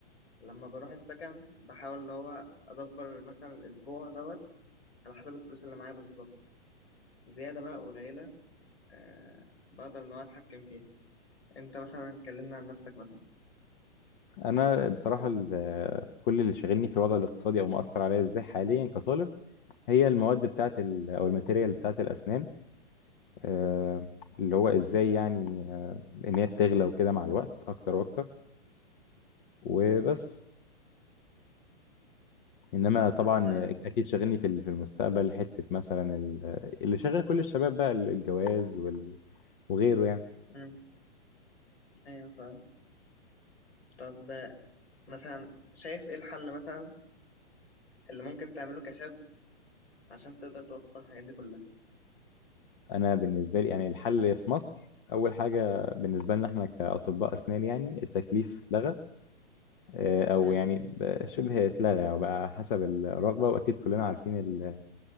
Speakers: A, on the left (about 70°); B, on the left (about 50°).
A: لما بروح السكن بحاول اللي هو ادبر مثلا الاسبوع دوت على حسب الفلوس اللي معايا بالظبط زياده بقى قليله أه بقدر ان هو اتحكم فيها انت مثلا اتكلمنا عن نفسك مثلا
B: انا بصراحه ال- كل اللي شاغلني في الوضع الاقتصادي او مأثر عليا ازاي حاليا كطالب هي المواد بتاعه ال- او الماتيريال بتاعه الاسنان آه، اللي هو ازاي يعني آه، ان هي بتغلى وكده مع الوقت اكتر واكتر وبس
A: مم.
B: انما
A: مم.
B: طبعا
A: حتى
B: اكيد شاغلني في ال- في المستقبل حته مثلا ال- اللي شاغل كل الشباب بقى ال- الجواز وال- وغيره يعني
A: مم. ايوه فاهم طب مثلا شايف ايه الحل مثلا اللي ممكن تعمله كشاب عشان تقدر توفر الحاجات دي كلها
B: انا بالنسبه لي يعني الحل في مصر اول حاجه بالنسبه لنا احنا كاطباء اسنان يعني التكليف اتلغى آه، او
A: مم.
B: يعني بقى شبه اتلغى او بقى حسب الرغبه واكيد كلنا عارفين ال